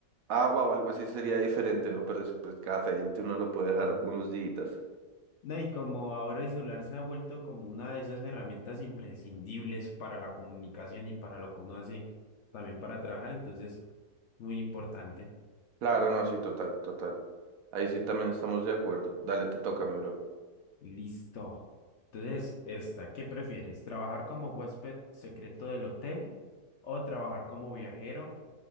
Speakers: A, on the right; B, on the left.
A: agua o algo así sería diferente, ¿no? Pero es pues, café y el té uno lo puede dejar
B: sí.
A: unos días.
B: No, y como ahora el celular se ha vuelto como una de esas herramientas imprescindibles para la comunicación y para lo que uno hace también para trabajar, entonces, muy importante.
A: Claro, no, sí, total, total. Ahí sí también estamos de acuerdo. Dale, te toca, mi bro.
B: Listo. Entonces, esta, ¿qué prefieres? ¿Trabajar como huésped secreto del hotel o trabajar como viajero